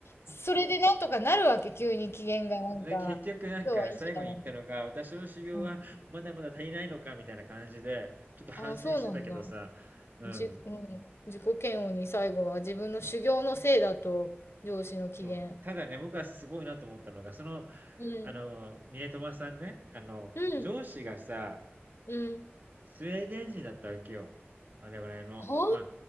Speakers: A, on the left; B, on the right.
A: それでなんとかなるわけ、急に機嫌がなんか、
B: な、結局なんか最後に言ったのが、
A: 今日はいい日だな、みたい
B: 私の修行はまだまだ足りないのかみたいな感じで、
A: な。うん。
B: ちょっと反省してたけどさ、
A: ああ、そうなんだ。
B: うん。
A: じ、うん。自己嫌悪に最後は自分の修行のせいだと、上司の機嫌。
B: そう。ただね、僕はすごいなと思ったのが、その、
A: うん。
B: あの、ミネトマさんね、あの、
A: うん。
B: 上司がさ、
A: うん。
B: スウェーデン人だったわけよ。我々の。
A: あ
B: まあ、